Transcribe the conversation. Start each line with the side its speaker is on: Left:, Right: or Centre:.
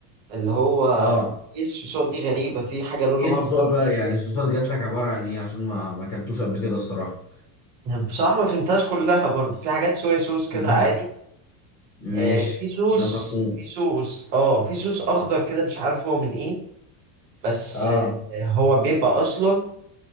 Right: اللي هو
Left: اه
Right: ايه السوسات دي غريبة في حاجة لونها
Left: ايه الصوصات
Right: اخضر
Left: بقى يعني الصوصات جات لك عباره عن ايه عشان ما ما اكلتوش قبل كده الصراحه
Right: يعني بصراحة ما فهمتهاش كلها برضه في حاجات صويا صوص كده
Left: <laughs> لا.
Right: عادي آه
Left: ماشي
Right: في صوص
Left: ده مفهوم
Right: في صوص اه في صوص أخضر كده مش عارف هو من ايه بس
Left: اه
Right: آه هو بيبقى أصلا